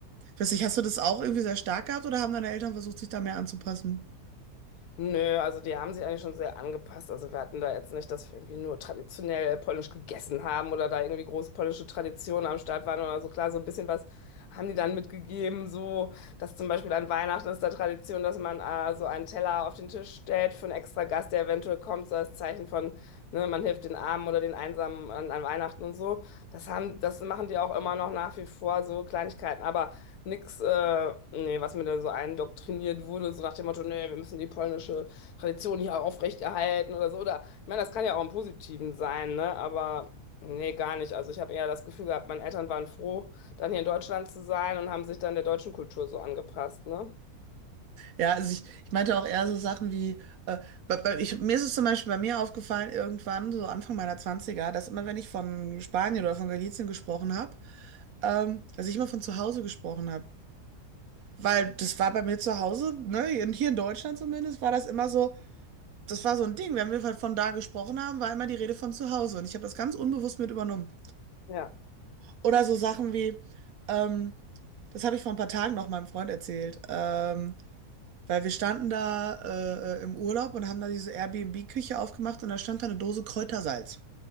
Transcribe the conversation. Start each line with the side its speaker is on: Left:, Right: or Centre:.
Right: Ich weiß nicht, hast du das auch irgendwie sehr stark gehabt oder haben deine Eltern versucht, sich da mehr anzupassen?
Left: Nö, also die haben sich eigentlich schon sehr angepasst. Also wir hatten da jetzt nicht, dass wir irgendwie nur traditionell polnisch gegessen haben oder da irgendwie große polnische Traditionen am Start waren oder so. Klar, so ein bisschen was haben die dann mitgegeben, so dass zum Beispiel an Weihnachten ist da Tradition, dass man äh, so einen Teller auf den Tisch stellt für einen extra Gast, der eventuell kommt, so als Zeichen von, ne, man hilft den Armen oder den Einsamen an, an Weihnachten und so. Das haben, das machen die auch immer noch nach wie vor, so Kleinigkeiten. Aber Nix, äh, nee, was mir da so eindoktriniert wurde, so nach dem Motto, nee, wir müssen die polnische Tradition hier aufrechterhalten oder so. Oder, ich meine, das kann ja auch im Positiven sein, ne? Aber nee, gar nicht. Also ich habe eher das Gefühl gehabt, meine Eltern waren froh, dann hier in Deutschland zu sein und haben sich dann der deutschen Kultur so angepasst, ne?
Right: Ja, also ich, ich meinte auch eher so Sachen wie, äh, bei, bei, ich, mir ist es zum Beispiel bei mir aufgefallen, irgendwann, so Anfang meiner Zwanziger, dass immer wenn ich von Spanien oder von Galicien gesprochen habe, ähm, dass ich immer von zu Hause gesprochen habe. Weil das war bei mir zu Hause, ne, in- hier in Deutschland zumindest, war das immer so, das war so ein Ding. Wenn wir halt von da gesprochen haben, war immer die Rede von zu Hause. Und ich habe das ganz unbewusst mit übernommen.
Left: Ja,
Right: Oder so Sachen wie, ähm, das habe ich vor ein paar Tagen noch meinem Freund erzählt, ähm, weil wir standen da äh, äh, im Urlaub und haben da diese Airbnb-Küche aufgemacht und da stand da eine Dose Kräutersalz.